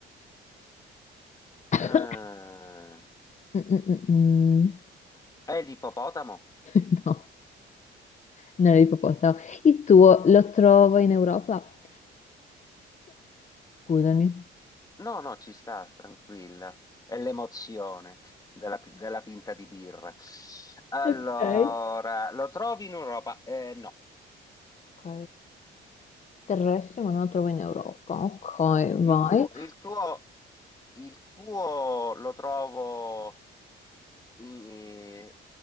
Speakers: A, on the left; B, on the left.
A: <coughs>
B: Ah.
A: Mm, mm, mm, mm.
B: È l'ippopotamo?
A: <laughs> No, non è ippopotamo. Il tuo lo trovo in Europa? Scusami.
B: No, no, ci sta, tranquilla. È l'emozione della, pi- della pinta di birra. Allora,
A: Ok.
B: lo trovi in Europa? Eh, no.
A: Ok. Terrestri, ma non la trovo in Europa. Ok,
B: Il
A: vai.
B: tuo, il tuo, il tuo lo trovo in,